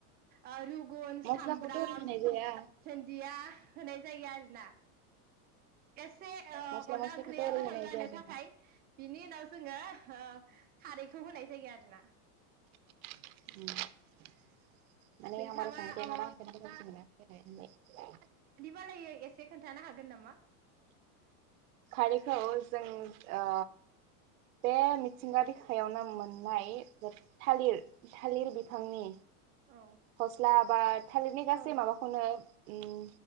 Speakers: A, on the right (about 20°); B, on the right (about 65°).
A: ओ रु गुन,
B: मस्लाखौथ'
A: सामब्राम,
B: ओरै होनाय जाया
A: दुन्दिया होनाय जायो आरो ना एसे ओ
B: मस्ला
A: अनला
B: मस्लिखौथ'
A: ओंख्रिया
B: ओरै
A: गोथाव
B: होनाय
A: जानो
B: जाया दे
A: थाखाय बिनि उनाव जोङो ओ खारैखौ होनाय जायो आरोना
B: उ <inaudible> माने
A: नोंथाङा
B: आं बारा संबाय थाया
A: ओ
B: नालाय <unintelligible>
A: खालायै एसे खोन्थानो हागोन नामा?
B: बेखौ जों ओ बे मिथिंगा बिखायावनो मोन नाय थालिर थालिर बिफांनि
A: औ
B: फस्ला बा थालिरनि गासै
A: औ
B: माबाखौनो उम